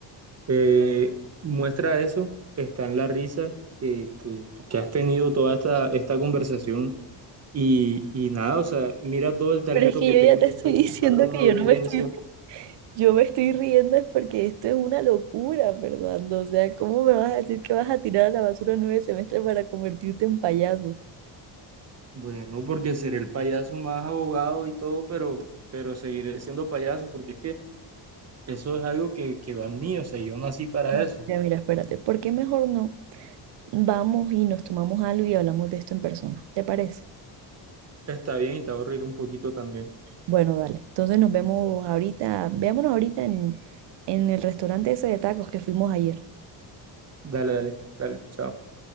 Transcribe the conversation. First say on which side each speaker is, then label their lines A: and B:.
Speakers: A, on the right (about 35°); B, on the right (about 65°).
A: Eh, muestra eso, está en la risa que, que- que has tenido toda esta, esta conversación y, y nada, o sea, mira todo el talento
B: Pero es que
A: que
B: yo
A: tengo
B: ya te
A: y desperdiciarlo
B: estoy diciendo
A: en una
B: que
A: audiencia.
B: yo no me estoy, yo me estoy riendo es porque esto es una locura, Fernando. O sea, ¿cómo me vas a decir que vas a tirar a la basura nueve semestres para convertirte en payaso?
A: Bueno, porque seré el payaso más abogado y todo, pero, pero seguiré siendo payaso porque es que... Eso es algo que, que va en mí, o sea, yo nací para
B: Bueno,
A: eso.
B: Mira, mira, espérate, ¿por qué mejor no vamos y nos tomamos algo y hablamos de esto en persona? ¿Te parece?
A: Está bien y te va a reír un poquito también.
B: Bueno, dale. Entonces nos vemos ahorita, veámonos ahorita en, en el restaurante ese de tacos que fuimos ayer.
A: Dale, dale, dale, chao.